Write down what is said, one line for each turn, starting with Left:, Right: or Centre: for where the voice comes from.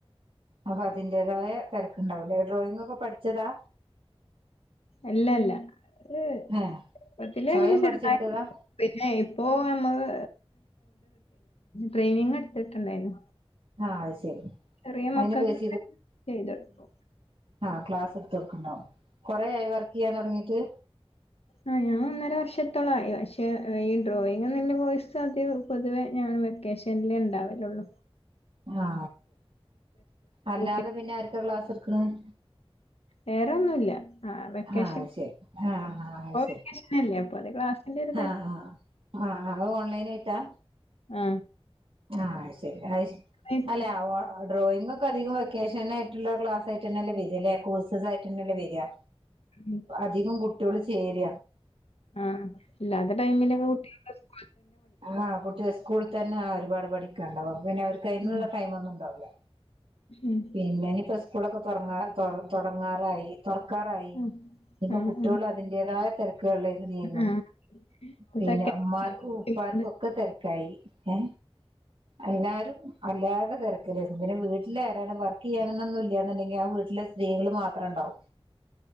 Right: അപ്പൊ അതിന്റെതായ തെരക്ക ണ്ടാവും ലെ ഡ്രോയിങ് ഒക്കെ പഠിച്ചതാ?
Left: അല്ല അല്ല എഹ്
Right: ഏഹ്
Left: കൊച്ചിലെഇങ്ങനെ
Right: സ്വയം
Left: ചെറുതായിട്ട്
Right: പഠിച്ചെടുത്തതാ
Left: പിന്നെ ഇപ്പൊ നമ്മള് ട്രെയിനിങ് എടുത്തിട്ടുണ്ടായിനു
Right: ആ അത് ശരി
Left: ചെറിയ
Right: അതിനെ
Left: മക്കൾക്കൊക്കെ
Right: ബേസ്
Left: ചെയ്ത് കൊടുക്കും
Right: ആ ക്ലാസ്സ്‌ എടുത്തൊട്ക്കും കൊറെ ആയോ വർക്ക്‌ ചെയ്യാൻ തൊടങ്ങീട്ട്
Left: ആ ഞാനൊന്നര വർഷത്തോളായി പക്ഷെ ഈ ഡ്രോയിങ് ന്ന്ള്ള കോഴ്സ് പൊതുവെ വെക്കേഷന് ഇണ്ടാവലൊള്ളൂ
Right: ആ അല്ലാതെ
Left: പൂട്ടി
Right: പിന്നെ ആർക്കാ ക്ലാസ്സ്‌ എടുക്ക്‌ണത്
Left: വേറൊന്നുല്ല. ആഹ് വെക്കേഷൻ
Right: ആ ശെരി ആ ആ
Left: ഇപ്പൊ
Right: അത് ശെരി
Left: വെക്കേഷനല്ലേ അപ്പൊ അത് ക്ലാസ്സിന്റെ ഒരു തെരക്ക്.
Right: ആ ആ ആ അത് ഓൺലൈൻ ആയിട്ടാ
Left: ആ
Right: ആ അയ്‌ ശരി അയ്
Left: കഴിഞ്ഞ്
Right: അല്ല <unintelligible> ഡ്രോയിങ് ഒക്കെ അധികം വെക്കേഷനായ്ട്ട്ള്ള ക്ലാസ്സ്‌ ആയിട്ടന്നെല്ലേ വരാ കോഴ്സസ് ആയിട്ടന്നല്ലേ വരാ
Left: ഉം
Right: അതികം കു <unintelligible> ചേര
Left: ആ അല്ലാത്ത ടൈമില് <unintelligible>
Right: ആ കുട്ട്യ സ്കൂൾതന്നെ ആ ഒരുപാട് പടിക്കാണ്ടാവും പിന്നെ ഓര്ക്ക് അയിനുള്ള
Left: ഉം
Right: ടൈമൊന്നും ഉണ്ടാവൂല്ല
Left: ഉം
Right: പിന്നെ ഇഞ്പ്പോ സ്കൂളൊക്കെ തൊർങ്ങാ തൊ തൊടങ്ങാറായി തൊറക്കാറായി
Left: ഉം
Right: ഇനിപ്പോ കുട്ട്യോള്
Left: ഉം ഉം
Right: അതിന്റെതായ തെര ക്ക്കളിലേക്ക് നീങ്ങും
Left: ആഹ് ഇപ്പൊ
Right: പിന്നെ
Left: ചെക്കന്മാര്
Right: ഉമ്മാർക്കും ഇപ്പാർക്കും
Left: ഇരിക്കണേ
Right: ഒക്കെ തിരക്കായി എ അല്ലാരും അല്ലാര്ടെ തിരക്കിലേക്കും പിന്നെ വീട്ടിലാരാണ് വർ ക്കെയ്യ അങ്ങനൊന്നുല്ല്യ എന്ന് ണ്ടെങ്കിൽ ആ വീട്ടില് സ്ത്രീകൾ മാത്രണ്ടാവും